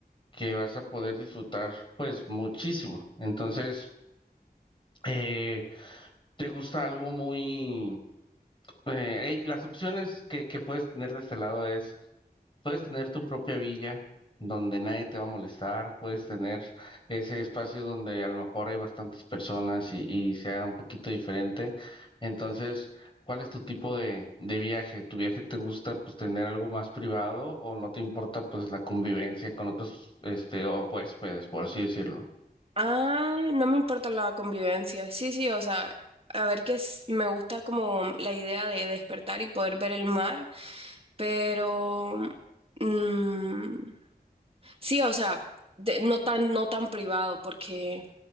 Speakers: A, on the left; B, on the right.
A: que vas a poder disfrutar, pues, muchísimo. Entonces, eh, ¿te gusta algo muy... Eh, Las opciones que, que puedes tener de este lado es, puedes tener tu propia villa donde nadie te va a molestar, puedes tener ese espacio donde a lo mejor hay bastantes personas y, y sea un poquito diferente. Entonces, ¿cuál es tu tipo de, de viaje? ¿Tu viaje te gusta pues tener algo más privado o no te importa pues la convivencia con otros este o huéspedes, por así decirlo?
B: Ah, no me importa la convivencia. Sí, sí, o sea, a ver que es- me gusta como la idea de despertar y poder ver el mar, pero mm, sí, o sea, de- no tan, no tan privado, porque